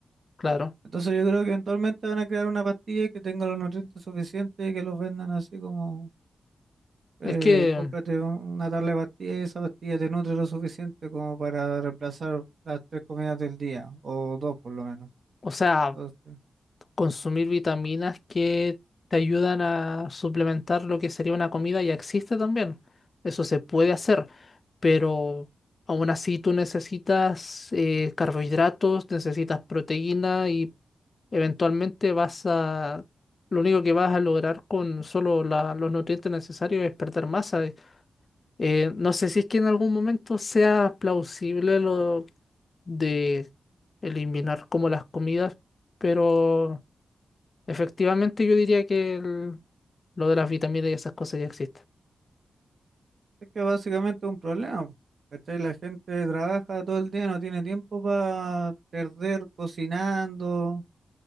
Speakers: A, on the left; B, on the right.
A: claro.
B: Entonces yo creo que eventualmente van a crear una pastilla que tenga los nutrientes suficientes y que los vendan así como, eh,
A: Es que,
B: cómprate una tabla de pastillas y esa pastilla te nutre lo suficiente como para reemplazar las tres comidas del día, o dos por lo menos.
A: o sea.
B: Entonces...
A: consumir vitaminas que te ayudan a suplementar lo que sería una comida ya existe también. Eso se puede hacer, pero aún así tú necesitas eh, carbohidratos, necesitas proteína y eventualmente vas a... Lo único que vas a lograr con solo la- los nutrientes necesarios es perder masa. Eh, no sé si es que en algún momento sea plausible lo de eliminar como las comidas, pero... Efectivamente, yo diría que el- lo de las vitaminas y esas cosas ya existen.
B: Es que básicamente es un problema, po, ¿cachai? La gente trabaja todo el día, no tiene tiempo para perder cocinando,